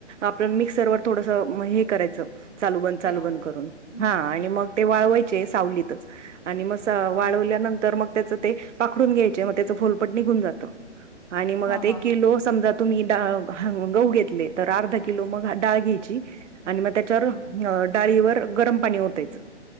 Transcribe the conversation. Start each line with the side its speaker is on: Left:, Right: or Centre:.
Right: आपण मिक्सरवर थोडसं म हे करायचं. चालू बंद चालू
Left: फिरवून
Right: बंद
Left: घ्यायचं.
Right: करून
Left: हं,
Right: हां
Left: हं,
Right: आणि
Left: हं.
Right: मग ते वाळवायचे सावलीतच. आणि म स
Left: हां,
Right: वाळवल्यानंतर
Left: हां.
Right: मग त्याचं ते पाखडून घ्यायचे मग त्याचं फोलपट निघून जातं. आणि मग
Left: हां,
Right: आता
Left: हां,
Right: एक
Left: हां.
Right: किलो समजा तुम्ही <unintelligible> गहू घेतलेतर अर्धा किलो मग डाळ घ्यायची आणि मग त्याच्यावर
Left: हं, हं.
Right: डाळीवर गरम पाणी ओतायचं.